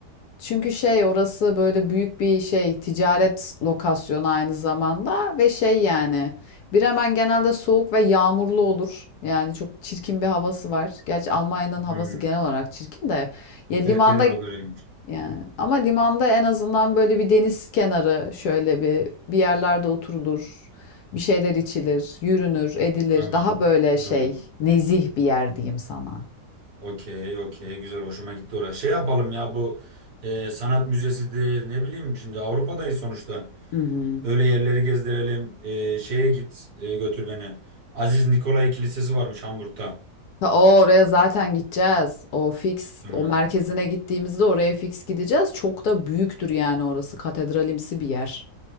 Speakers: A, on the left; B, on the right.
A: Çünkü şey orası böyle büyük bir şey ticaret lokasyonu aynı zamanda ve şey yani Bremen genelde soğuk ve yağmurlu olur. Yani çok çirkin bir havası var. Gerçi Almanya'nın havası
B: Hmm.
A: genel olarak çirkin de ya limanda
B: Evet genel olarak öyleymiş.
A: yani ama limanda en azından böyle bir deniz kenarı şöyle bir bir yerlerde oturulur. Bir şeyler içilir, yürünür, edilir.
B: Tamam.
A: Daha böyle şey
B: Tamam.
A: nezih bir yer diyeyim sana.
B: Okey okey güzel hoşuma gitti orası. Şey yapalım ya bu e, sanat müzesidir ne bileyim şimdi Avrupa'dayız sonuçta.
A: Hı hı.
B: Öyle yerleri gezdirelim. Ee, şeye git e, götür beni. Aziz Nikolay Kilisesi varmış Hamburg'da.
A: Ta- O oraya zaten gideceğiz. O fix,
B: Hı.
A: o merkezine gittiğimizde oraya fix gideceğiz. Çok da büyüktür yani orası. Katedralimsi bir yer.